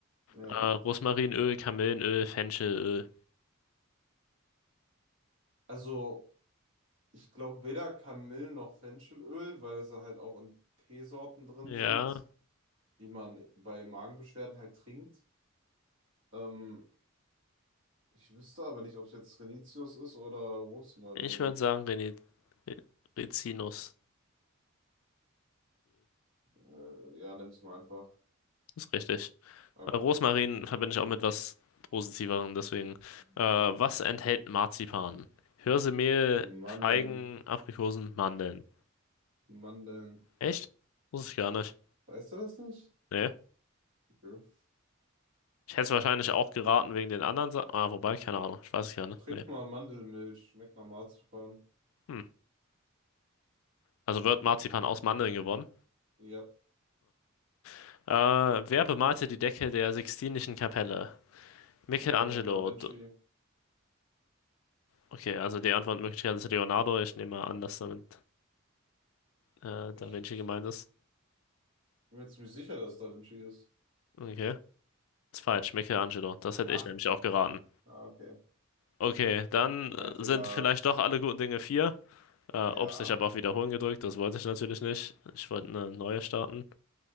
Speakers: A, on the right (about 65°); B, on the left (about 75°).
A: Ja.
B: äh, Rosmarinöl, Kamillenöl, Fenchelöl.
A: Also, ich glaube weder Kamillen noch Fenchelöl, weil sie halt auch in Teesorten drin
B: Ja,
A: sind. die man bei Magenbeschwerden halt trinkt. Ähm, ich wüsste aber nicht, ob es jetzt Renitius ist oder Rosmarin.
B: ich würde sagen Rini- Ri- Rizinusöl.
A: Äh, ja, nimm's mal einfach.
B: Ist richtig.
A: Okay.
B: Äh, Rosmarin verbinde ich auch mit was Positiverem, deswegen. Äh,
A: Ja.
B: was enthält Marzipan? Hirsemehl,
A: Mandeln.
B: Feigen, Aprikosen, Mandeln.
A: Mandeln.
B: Echt? Wusste ich gar nicht.
A: Weißt du das nicht?
B: Nee.
A: Okay.
B: Ich hätte es wahrscheinlich auch geraten wegen den anderen Sachen. Ah, wobei, keine Ahnung. Ich weiß es gar nicht.
A: Trink
B: Nee.
A: mal Mandelmilch. Schmeckt nach Marzipan.
B: Hm. Also wird Marzipan aus Mandeln gewonnen.
A: Ja.
B: Ah. Äh, wer bemalte die Decke der Sixtinischen Kapelle? Michelangelo.
A: Äh, Da Vinci.
B: D- Okay, also die Antwortmöglichkeit ist Leonardo. Ich nehme mal an, dass damit äh,
A: Ich,
B: Da Vinci
A: ich
B: gemeint ist.
A: bin mir ziemlich sicher, dass es Da Vinci ist.
B: Okay. Ist falsch. Michelangelo. Das hätte
A: Ach,
B: ich nämlich auch geraten.
A: ah, okay.
B: Okay, dann
A: Mein
B: äh,
A: Fehler.
B: sind vielleicht doch alle guten Dinge vier. Äh,
A: Ja.
B: ups, ich habe auf Wiederholen gedrückt. Das wollte ich natürlich nicht. Ich wollte eine neue starten.